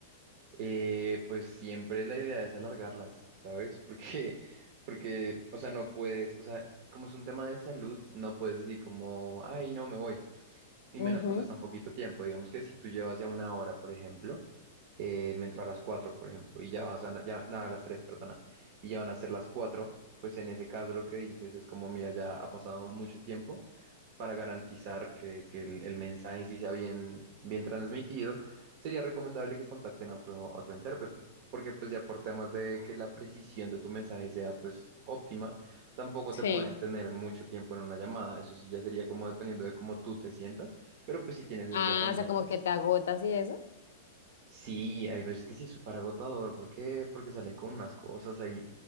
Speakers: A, on the right (about 50°); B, on the left (about 70°).
A: Eh, pues siempre la idea es alargarlas, ¿sabes? <laughs> Porque, porque, o sea, no puedes, o sea, como es un tema de salud, no puedes decir como, ay, no, me voy, y
B: Ujú,
A: menos cuando está en poquito tiempo. Digamos que si tú llevas ya una hora, por ejemplo, eh, me entró a las 4 por ejemplo, y ya vas a, na- ya, nada, a las 3 perdona, y ya van a ser las 4, pues en ese caso lo que dices es como, mira, ya ha pasado mucho tiempo para garantizar que, que el, el mensaje sí sea bien, bien transmitido, sería recomendable que contacten a otro, a otro intérprete, porque pues ya por temas de que la precisión de tu mensaje sea pues óptima, tampoco
B: Sí.
A: te pueden tener mucho tiempo en una llamada, eso sí ya sería como dependiendo de cómo tú te sientas, pero pues si tienes esas
B: Ah,
A: herramientas.
B: o sea, como que te agotas y eso.
A: Sí, hay veces que sí es súper agotador. ¿Por qué? Porque salen con unas cosas ahí.